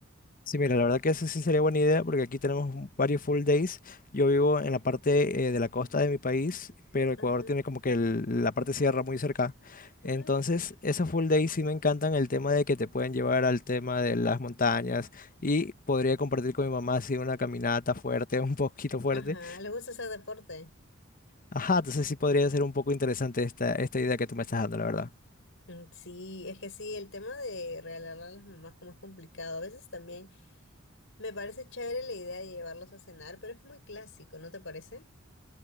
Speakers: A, on the left; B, on the left.
A: Sí, mira, la verdad que eso sí sería buena idea porque aquí tenemos varios full days. Yo vivo en la parte eh, de la costa de mi país, pero Ecuador
B: Ajá,
A: tiene como que el- la parte sierra muy cerca.
B: ajá.
A: Entonces, esos full days sí me encantan el tema de que te pueden llevar al tema de las montañas y podría compartir con mi mamá así una caminata fuerte, <laughs> un poquito fuerte.
B: Ajá, ¿le gusta hacer deporte?
A: Ajá, entonces sí podría ser un poco interesante esta, esta idea que tú me estás dando, la verdad.
B: Mm, Sí, es que sí, el tema de regalarle a las mamás como es complicado. A veces también me parece chévere la idea de llevarlos a cenar, pero es muy clásico, ¿no te parece?